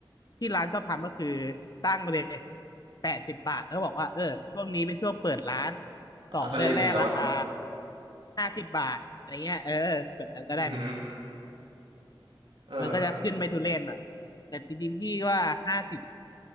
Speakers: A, on the left; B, on the right.
A: ที่ร้านชอบทำก็คือตั้งไปเลยแปดสิบบาทแล้วบอกว่าเออช่วงนี้เป็นช่วงเปิดร้านสองเดือนแรกราคา
B: แล้วก็เลยมีลด
A: ห้าสิบบาทอะไรเงี้ยเออแบบนั้นก็ได้เหมือนกัน
B: อือฮึเออ
A: มันก็จะขึ้นไม่ทุเรศหน่อย แต่จริงๆพี่ว่าห้าสิบ